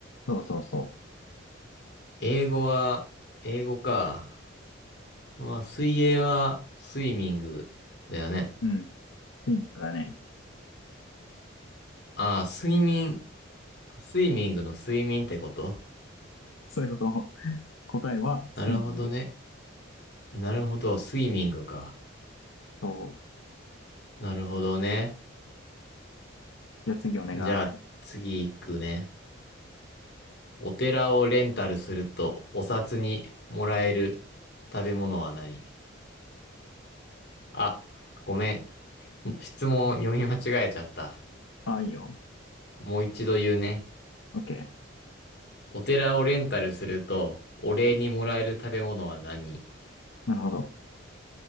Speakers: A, on the left; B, on the left.
A: そうそうそ
B: 英語は、英語か。あ、水泳は、スイミングだよね。
A: う。うん。スイミングだね。
B: ああ、睡眠、スイミングの睡眠ってこと
A: そういうこと。答えは、スイミング。
B: なるほどね。なるほど、スイミングか。
A: そう。
B: なるほどね。
A: じゃあ次お願い。
B: じゃあ、次行くね。お寺をレンタルすると、お札にもらえる食べ物は何あ、ごめん。
A: ん
B: 質問読み間違えちゃった。
A: あ、いいよ。
B: もう一度言うね。
A: OK。
B: お寺をレンタルすると、お礼にもらえる食べ物は何
A: なるほど。